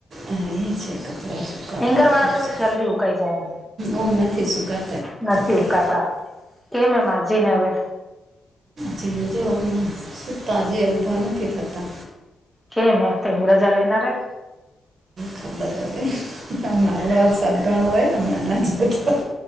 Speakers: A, on the right (about 60°); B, in the centre.
A: અ એ છે કપડા સુકાવા
B: એંગર
A: હારુ
B: વાળા
A: ખપશે
B: તો જલ્દી ઉકાઈ જાય
A: ઓમ નથી સુકાતા
B: નથી
A: કપડાં
B: ઉકાતા કેમ હે માજી ને હવે
A: છીએ જો સૂતા જે ઊભા નથી થતા
B: કેમ અ તો રજા લેનારા
A: ખબર હે હમણાં આવડો વરસાદ ગણો હે હમણાં નથી એવડો